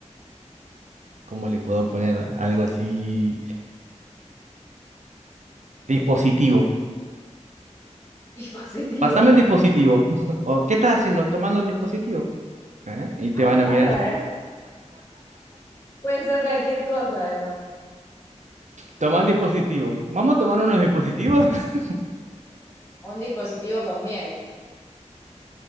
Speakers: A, on the right (about 75°); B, on the left (about 20°).
A: ¿cómo le puedo poner algo así? Dispositivo.
B: <laughs> Dispositivo.
A: Pásame el dispositivo. <laughs> O, ¿qué estás haciendo? Tomando el dispositivo. ¿Eh? Y te
B: Ah,
A: van a
B: bárbaro.
A: mirar.
B: Puede ser cualquier cosa, además.
A: Toma el dispositivo. Vamos a tomar unos dispositivos. <laughs>
B: O un dispositivo con miel.